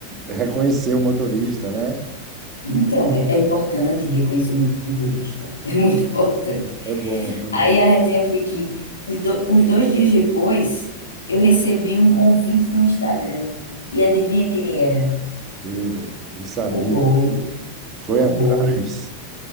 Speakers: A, on the right; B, on the left.
A: reconheceu o motorista, né?
B: Então, é, é importante reconhecer o motorista. <laughs> É muito importante.
A: É bom, é bom.
B: Aí a resenha foi que, os do- uns dois dias depois, eu recebi um convite no Instagram. E adivinha quem era?
A: Ele, o sabia,
B: O boy.
A: foi
B: O
A: atrás.
B: boy.